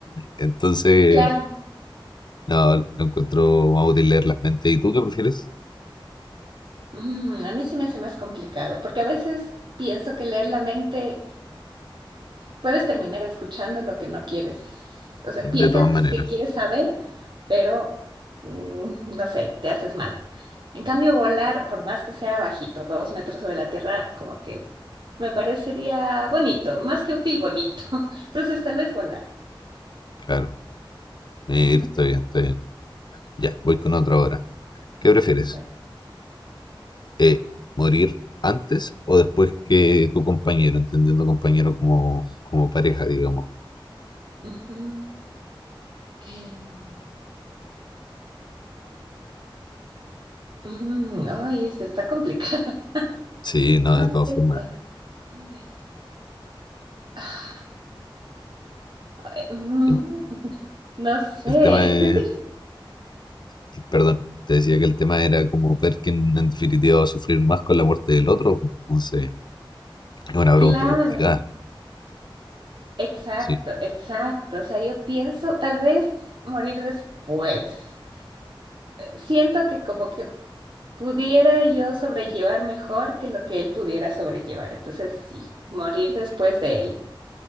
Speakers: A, on the left; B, on the right.
A: Entonces,
B: claro.
A: no, lo encuentro más útil leer las mentes. ¿Y tú qué prefieres?
B: Mm, a mí se me hace más complicado porque a veces pienso que leer la mente puedes terminar escuchando lo que no quieres. O sea, piensas
A: De todas maneras,
B: que quieres saber, pero mm, no sé, te haces mal. En cambio, volar, por más que sea bajito, dos metros sobre la tierra, como que me parecería bonito, más que útil, bonito. <laughs> Entonces, tal vez volar.
A: claro. Mira,
B: Ujú,
A: está bien, está bien. Ya, voy con otra hora. ¿Qué prefieres?
B: A ver.
A: Eh, ¿morir antes o después que tu compañero? Entendiendo compañero como, como pareja, digamos.
B: ujú, eh, mm, ay, esto está complicado. <laughs>
A: Sí, no, de
B: Antes
A: todas formas.
B: o después. Ah, eh, mm,
A: El
B: no sé,
A: el tema
B: es
A: es
B: que sí,
A: Y, Perdón, te decía que el tema era como ver quién en definitiva va a sufrir más con la muerte del otro. pues, Entonces, es una pregunta
B: claro,
A: complicada.
B: exacto,
A: Sí,
B: exacto. O sea, yo pienso tal vez morir después siento que como que pudiera yo sobrellevar mejor que lo que él pudiera sobrellevar. Entonces, sí, morir después de él.